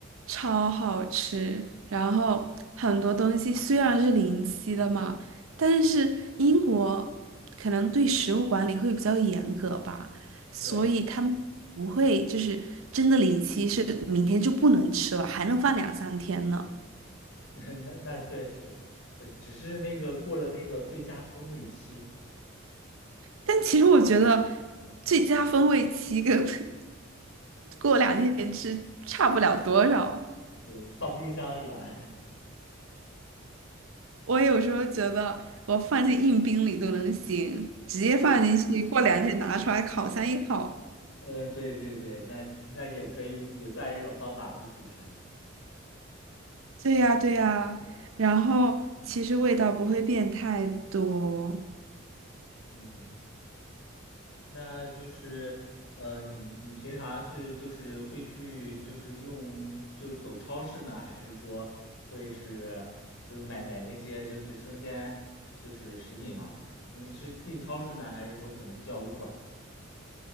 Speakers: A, on the right; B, on the left.
A: 超好吃。然后很多东西虽然是临期的嘛，但是英国可能对食物管理会比较严格吧，所以他们不会就是真的临期是明天就不能吃了，
B: 对，
A: 还能放两三天呢。
B: <laughs> 那那那确实，确实只是那个过了那个最佳风味期，
A: 但其实我觉得最佳风味期跟 <laughs> 过两天吃差不了多少。
B: 对，放冰箱是吧？
A: 我有时候觉得我放进硬冰里都能行，直接放进去，过两天拿出来烤箱一烤。
B: <laughs> 嗯，对对对，那那也可以，也算一种方法去储存。
A: 对呀，对呀，然后其实味道不会变太多。
B: 嗯，那就是呃，你你平常是就是会去就是用就是走超市呢，还是说会是就是买买那些就是生鲜就是食品嘛？你是进超市呢，还是说可能叫 Uber？